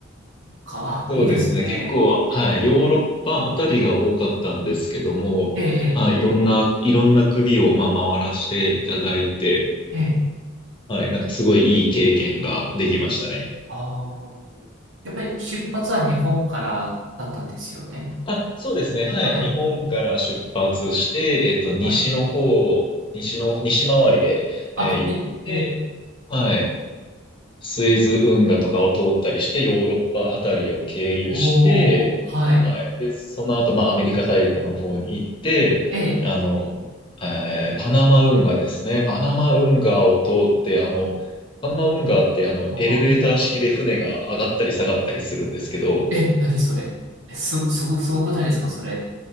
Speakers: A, on the right; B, on the left.
A: か。あ、いいですね。
B: そうですね。結構、はい、ヨーロッパあたりが多かったんですけども、
A: ええ、
B: はい、いろんな、いろんな国を、まあ、回らせていただいて、
A: ええ、ええ。
B: はい、なんかすごいいい経験ができましたね。
A: ああ。やっぱり出発は日本からだったんですよね。
B: あ、そうですね。はい、
A: はい。
B: 日本から出発して、えっと、西の方、
A: はい。
B: 西の、西回りで、
A: あ、
B: えー行って、
A: に、え
B: はい、スエズ運河とかを通ったりして、ヨーロッパあたりを経由して、
A: おー、はい。
B: はい。で、その後、まあ、アメリカ大陸の方に行って、
A: え、
B: あの、えーパナマ運河ですね。パナマ運河を通って、あの、パナマ運河って、あの、
A: なんか、
B: エレベーター式で船が上がったり下がったりするんですけど、
A: え、何それえ、す、すご、すごくないですかそれ。